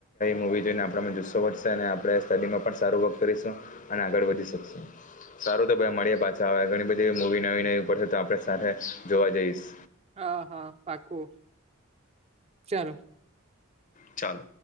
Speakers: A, on the left (about 35°); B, on the right (about 30°).
A: મુવી જોઈને આપણામાં જુસ્સો વધશે અને આપણે સ્ટડી માં પણ સારું વર્ક કરીશું અને આગળ વધી શકશું. સારું તો ભાઈ મળીએ પાછા આવે ઘણી બધી મુવી નવી નવી પડશે તો આપડણે સાથે જોવા જઈશ.
B: હા હા પાકું ચાલો.
A: ચાલ.